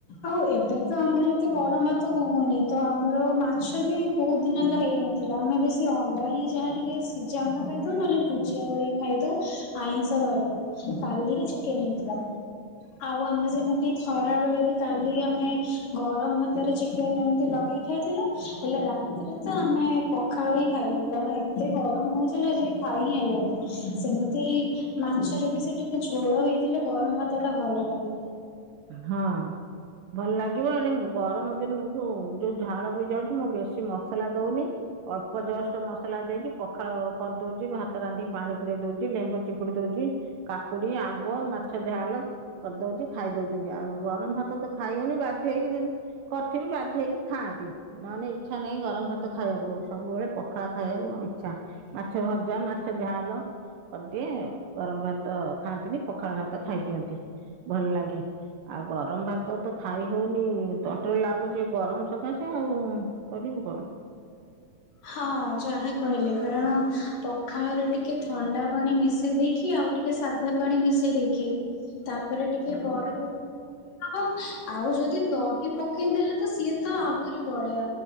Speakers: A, on the left (about 80°); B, on the right (about 80°).
A: ଆଉ ଏବେ ତ ଆମର ଏତେ ଗରମ ଭାତ ହଉନି ତ ଆମର ମାଛ ବି ବହୁତ ଦିନ ହେଲା ହେଇନ ଥିଲା ଆମେ ବି ଅଣ୍ଡା ହିଁ ଯାହା ଟିକେ ସିଝା ଅଣ୍ଡ ଖାଇଦଉ ନହଲେ ଭୁଜିଆ ଖାଇଦଉ ଆଇଁଷ ବାରରେ କାଲି ହିଁ ଚିକେନ ହେଇଥିଲା। ଆଉ ଆମେ ଯେମିତି ଖରାବେଳେ କାଲି ଆମେ ଗରମ ଭାତରେ ଚିକେନ ଏମିତି ଲଗେଇ ଖାଇଥିଲୁ ହେଲେ ରାତିରେ ତ ଆମେ ପଖାଳ ହିଁ ଖାଇଲୁ କାରଣ ଏତେ ଗରମ ହଉଥିଲା ଯେ ଖାଇ ହିଁ ହେଲାନି ସେମିତି ମାଛରେ ବି ସେ ଟିକେ ଝୋଳ ହେଇଥିଲେ ଗରମ ଭାତ ଟା ଭଲ ଲାଗେ।
B: ହଁ ଭଲ ଲାଗିବ ଏଣେ ଗରମ ଦିନ ଯୋଉ ଝାଳ ବି ଯାଉଛି ମୋ ବ ବେଶ ମସଲା ଦଉନି ଅଳ୍ପ ଜଷ୍ଟ ମସଲା ଦେଇକି ପଖାଳ କରିଦଉଛି ଭାତ ରାନ୍ଧି ପାଣି ପୁରରେଇ ଦଉଛି ଲେମ୍ବୁ ଚିପୁଡି ଦଉଛି କାକୁଡି ଆମ୍ବ ମାଛ ଝାଲ କରିଦଉଛି ଖାଇ ଦଉଛି। ଆଉ ଗରମ ଭାତ ତ ଖାଇବନି ବାଧ୍ୟ ହେକିି କରିଥମି ବାଧ ହେଇକି ଖାଆନ୍ତି ନହେଲେ ଇଚ୍ଛା ନାହିଁ ଗରମ ଭାତ ଖାଇବାକୁ ସବୁବେଳେ ପଖାଳ ଖାଇବାକୁ ଇଚ୍ଛା ମାଛ ଭଜା ମାଛ ଝାଲ କରିଦିଏ ଗରମ ଭାତ ଖାଆନ୍ତିନି ପଖାଳ ଭାତ ଖାଇଦିଅନ୍ତି ଭଲ ଲାଗେ। ଆଉ ଗରମ ଭାତ ତ ଖାଇ ହଉନି ତଣ୍ଟି ରେ ଲାଗୁଛି ଗରମ ସକାଶେ ଆଉ କରିବୁ କଣ।
A: ହଁ ଯାହା କହିଲେ କାରଣ ଖାଳରେ ଟିକେ ଥଣ୍ଡା ପାଣି ମିଶେଇ ଦେଇକି ଆଉ ଟିକେ ସାଧା ପାଣି ମିଶେଇ ଦେଇକି ତାପରେ ଟି କେ ବରଫ ହ ଆଉ ଯଦି ଦହି ପକେଇଦେଲେ ତ ସିଏ ତ ଆହୁରି ବଢିଆ